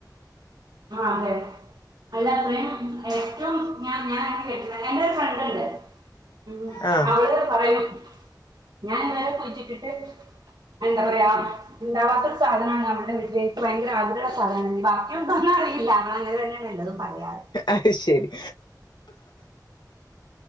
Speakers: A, on the right; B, on the left.
A: ആഹ് അതെ അല്ല അത്രയും ഏറ്റവും ഞ ഞാനായിട്ട് ഫ്രണ്ടായിട്ട് ഒര് ഫ്രണ്ട്ണ്ട് ഉ
B: ആ
A: അവള് പറയും ഞാൻ ഇതുവരെ കുഴിച്ചിട്ടിട്ട് എന്താ പറയാ ഇണ്ടാവാത്ത ഒരു സാധനാണ് അവളുടെ വീട്ടില് എനിക്ക് ഭയങ്കര ആഗ്രഹള്ള സാധനാണ് ഇനി ബാക്കിയൊന്നും എന്താന്ന് അറിയില്ല നല്ലത് തന്നെയാണ് എല്ലതും പറയാറ്
B: അത് ശരി